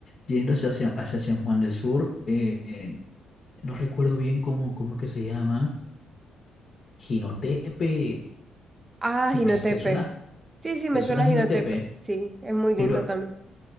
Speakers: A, on the left; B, on the right.
A: yendo hacia, hacia, hacia San Juan del Sur, eh, eh, no recuerdo bien cómo, cómo es que se llama, Jinotepe,
B: ah, Jinotepe.
A: me- ¿te suena?
B: Sí, sí, me
A: ¿Te suena
B: suena
A: Jinotepe?
B: a Jinotepe. Sí, es muy lindo
A: Pero
B: también.